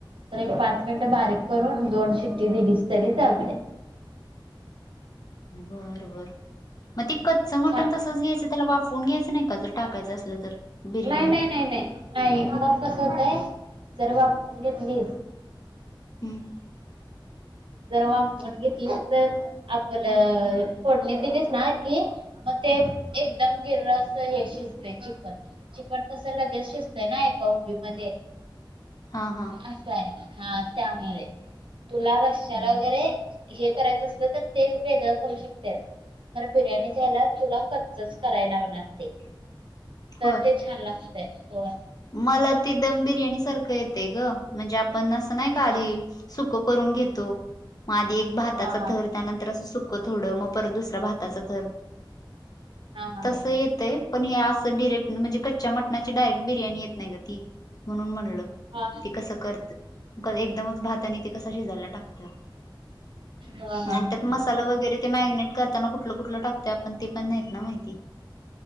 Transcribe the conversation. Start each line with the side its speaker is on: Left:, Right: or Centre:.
Right: तर एक पाच मिनिटं बारीक करून दोन शिट्टी दिलीस तरी चालते
Left: बर बर मग त कच्च मटण
Right: छान
Left: तस घ्यायचं त्याला वाफवून घ्यायं नाही का जर टाकायचं असलं तर बिर्याणीत
Right: नाही नाही नाही नाही नाही मला कसं होतय जर वापरून घेतलीस
Left: हम्म
Right: जर वा फोन घेतली तर आपलं फोडणी दिलीस ना की मग ते एकदम गिरस हे शिजते चिकन चिकन कस लगेच शिजतेना एका उभी मध्ये
Left: हा हा
Right: असं आहे हा त्यामुळे तुला रशल
Left: हम्म.
Right: वगैरे हे करायचं असलं तर ते वेगळं करू शकते कारण बिर्याणी जा्यायला तुला कच्चच करायला लागणार ते तर
Left: होय
Right: ते छान लागतय हो
Left: मला त दम बिर्याणी सारखं येते ग म्हणजे आपण नस नाही का आधी
Right: हा
Left: सुक करून घेतो आधी एक भाताच
Right: हा
Left: थर त्यानंतर असं थोडं मग परत दुसरा भाताचं थर
Right: हा हा
Left: तस
Right: हा
Left: येतय पण हे अस डिरेक् म्हणजे कच्च्या मटणा डयरेट बिर्याणी येत नाही ग ती म्हणून म्हणलं
Right: हा
Left: ते कसं करते एकदमच भाताने ते कसा शिजायला टाकतात
Right: हा हा हा
Left: आणि त्यात मसाला वगैरे ते मॅगिनेट करताना कुठलं कुठलं टाकतो आपण ते पण नाहीत ना माहिती <unintelligible>